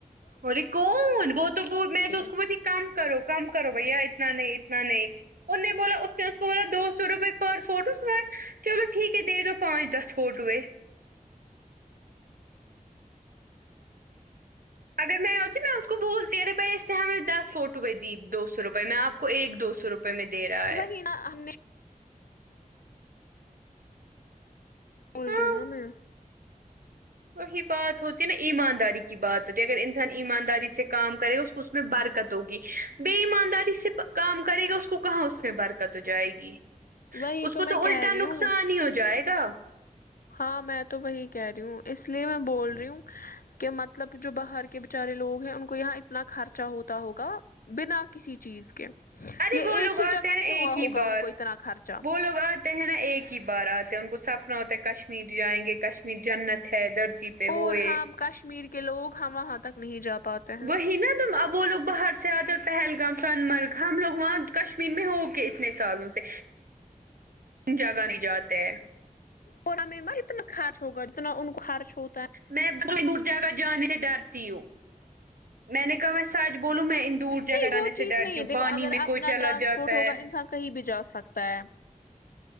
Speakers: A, on the right; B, on the left.
A: ار ے کون وہ تو وہ میں تو
B: لیے
A: اس کو بھی دی کم کرو کم کرو بھیا اتنا نہیں اتنا نہیں ان نے بولا اس سے بولا دو سو روپئے پر فوٹوز ہو ۓ چلو ٹھیک ہے دے دو پانچ دس فوٹو یں اگر میں ہوتی نہ اس کو بولتی ا رے بھئی اس سے ہمیں دس فوٹو یں دی دو سو روپئے میں آپ کو ایک دو سو روپ ۓ میں دے رہا
B: وہی
A: ہے
B: نا ہم نے بولتیو
A: ہاں
B: ں نہ میں
A: وہی بات ہوتی ہے نہ ایمانداری کی بات اگر انسان ایمانداری سے کام کرے گا اس کو اس میں برکت ہوگی بے ایمانداری سےب کام کرے گا اس کو کہاں اس میں برکت ہو جائے گی
B: وہی
A: اس کو
B: میں
A: تو
B: کہہ
A: الٹا
B: رہی
A: نقصان
B: ہوں
A: ہی ہو جائے گا
B: ہاں میں تو وہی کہہ رہی ہوں اس لیے میں بول رہی ہوں کہ مطلب جو باہر کےبے چارے لوگ ہیں ان کو یہاں اتنا خرچہ ہوتا ہوگا بنا کسی چیز کے
A: ارے
B: یہ
A: وہ
B: ایک
A: لوگ آتے
B: ہی جگہ
A: ہیں نا
B: نہیں ہوا
A: ایک ہی
B: ہوگا
A: بار
B: ان کو اتنا خرچہ
A: وہ لوگ آتے ہیں نہ ایک ہی بار آتے ہے ان کو سپنہ ہوتا ہے کشمیر جائیں گے کشمیر جنت ہے دھرتی پہ
B: اور
A: وہ یہ
B: ہم کشمیر کے لوگ ہم وہاں تک نہیں جا پاتے ہیں
A: وہی نہ تم اب وہ لوگ باہر سے آتے پہلگام سن مرگ ہم لوگ وہاں کشمیر میں ہو کے اتنے سالوں سے جگہ نہیں جاتے
B: اورہمیں ما اتنا خرچ ہوگا اتنا ان کو خرچ ہو
A: میں ب دور جگہ جانے سے ڈرتی ہوں میں نے کہا میں سچ بولوں میں ان دور جا
B: نہیں
A: کرجانے
B: وہ
A: سے
B: چیز
A: ڈرتی
B: نہیں ہے
A: ہوں
B: دیکھو
A: پانی
B: اگر
A: میں
B: اپنا
A: کوئی چلا
B: ٹرانسپورٹ
A: جاتا
B: ہوگا
A: ہے
B: انسان کہیں بھی جا سکتا ہے